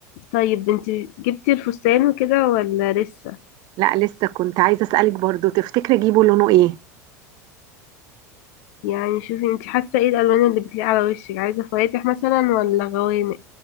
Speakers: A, on the left; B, on the right.
A: طيب انت جبتي الفستان وكده ولا لسه
B: لا لسه كنت عايزة أسألك برضو تفتكري اجيبه لونه ايه
A: يعني شوفي انت حاسة ايه الالوان اللي بتليق على وشك عايزة فواتح مثلا ولا غوامق